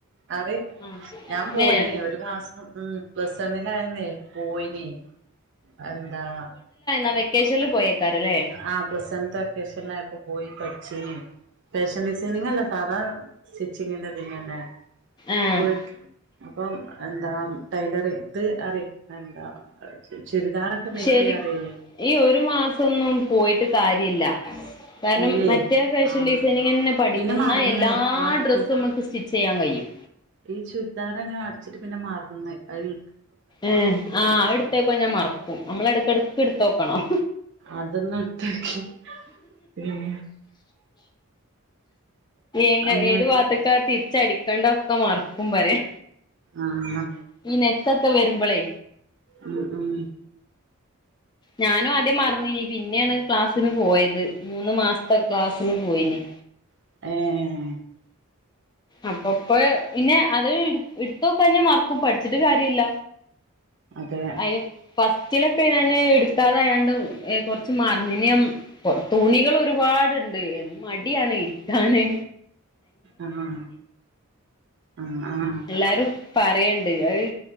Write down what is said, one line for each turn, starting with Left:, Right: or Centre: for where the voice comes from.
Right: അറിം
Left: ആഹ്
Right: ഞാൻ പോയിനി
Left: ഏഹ്
Right: ഒരു മാസം ഉം. പ്ലസ്സണ്ണിലായന്നേ പോയിനിം എന്താ?
Left: ആ വെക്കേഷൻൽ പോയേക്കാരെ ല്ലേ?
Right: ആഹ് പ്ലസ് വൺത്തെ. ക്കേഷൻലായപ്പൊ പോയി പഠിച്ചിനി ഫാഷൻ ഡിസൈനിങ്ങല്ല സാധാ സ്റ്റി ചിങ്ങ്ന്റെതിനെന്നെ
Left: ആഹ്
Right: ഓൽ അപ്പം എന്താ ന്താ ടൈലറി ഇത് അറി എന്താ ചുരിദാറൊക്കെ മേക്കെയ്യാൻ
Left: ശരി
Right: അറിയ്നി.
Left: ഈ ഒരു മാസൊന്നും പോയിട്ട് കാര്യല്ല. കാരണം
Right: ഇല്ലേ
Left: മറ്റേ ഫാഷൻ
Right: ആഹ്
Left: ഡിസൈനിങ്ങെന്നെ പഠിക്കണം
Right: പിന്നെ മറന്ന്
Left: ന്നാ എല്ലാ
Right: മറക്കും
Left: ഡ്രസ്സും മ്മക്ക് സ്റ്റിച്ചെയ്യാൻ കയ്യും.
Right: ഈ ചുരിദാറെന്നെ അട്ച്ച്ട്ട് പിന്നെ മറന്ന് അഹ്
Left: ഏഹ് ആഹ് എടുത്തേക്കാഞ്ഞാ മർക്കും നമ്മളെട്ക്കട്ക്ക് ട്ത്തോക്കണം.
Right: അതൊന്ന്ട്ത്തോക്കി ഉം
Left: എങ്ങ
Right: അയിനെ
Left: ഏത്
Right: പറ്റി
Left: വാത്ത് ക്കാ തിരിച്ചടിക്കണ്ടൊക്കെ മർക്കും പറയാ
Right: ആഹ്.
Left: ഈ നെക്കൊക്കെ വരുമ്പളേ.
Right: ഉം ഉം
Left: ഞാനും ആദ്യം മറന്നിനീ പിന്നേണ് ക്ലാസ്സിന് പോയത് മൂന്ന് മാസം ത്തെ ക്ലാസ്ന് പോയിനി.
Right: ഏഹ്. ഏഹ്.
Left: അപ്പൊപ്പൊ പിന്നെ അത് ട്ത്തോക്കാഞ്ഞാ മർക്കും. പഠിച്ചിട്ട് കാര്യല്ല.
Right: അതെ
Left: അയ്ന് ഫസ്റ്റിലൊക്കെ ഞാന് ട്ക്കാതൊയാണ്ട് കൊറച്ച് മർന്ന്ന് ഞാ തുണികളൊരുപാട്ണ്ട് മടിയാണ് ഇര്ക്കാന്.
Right: ആഹ് ആഹ് ആഹ്
Left: ല്ലാരും പറയ്ണ്ട് അത്